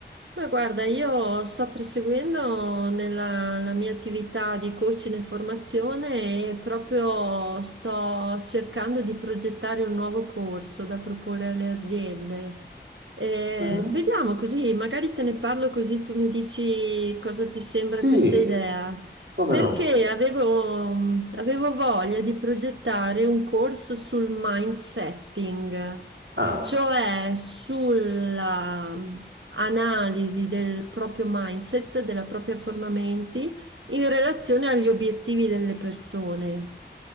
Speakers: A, on the right; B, on the right.
A: Ma guarda, io sto proseguendo nella la mia attività di coaching e formazione e proprio sto cercando di progettare un nuovo corso da proporre alle aziende. Eh,
B: Ah,
A: vediamo così, magari te ne parlo così tu mi dici cosa ti sembra
B: Sì,
A: questa idea.
B: come
A: Perché
B: no?
A: avevo, avevo voglia di progettare un corso sul mindsetting.
B: Ah,
A: cioè sulla mh, analisi del proprio mindset, della propria forma menti in relazione agli obiettivi delle persone.